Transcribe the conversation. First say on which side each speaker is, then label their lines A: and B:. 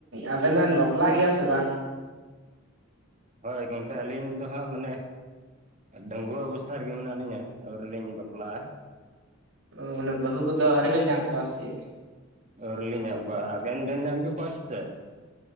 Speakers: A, on the right; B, on the right.
A: ᱟᱵᱮᱱ ᱫᱚᱵᱮᱱ ᱵᱟᱯᱞᱟ ᱜᱮᱭᱟ ᱥᱮ ᱵᱟᱝ?
B: ᱦᱚᱭ ᱜᱚᱢᱠᱮ ᱟᱹᱞᱤᱧ ᱫᱚ ᱦᱟᱸᱜ ᱢᱟᱱᱮ ᱰᱟᱹᱝᱣᱟᱹ ᱚᱵᱚᱥᱛᱷᱟ ᱨᱮᱜᱮ ᱢᱮᱱᱟᱜ ᱞᱤᱧᱟᱹ, ᱟᱹᱣᱨᱤᱞᱤᱧ ᱵᱟᱯᱞᱟᱜᱼᱟ ᱾
A: ᱚ ᱚᱱᱮ ᱵᱟᱹᱦᱩ ᱠᱚᱫᱚ ᱟᱹᱣᱨᱤ ᱵᱮᱱ ᱧᱟᱢ ᱠᱚᱣᱟ ᱥᱮ ᱪᱮᱫ?
B: ᱟᱹᱣᱨᱤ ᱞᱤᱧ ᱧᱟᱢ ᱠᱚᱣᱟ, ᱟᱵᱮᱱ ᱵᱮᱱ ᱧᱟᱢ ᱠᱮᱜ ᱠᱚᱣᱟ ᱥᱮ ᱪᱮᱜ?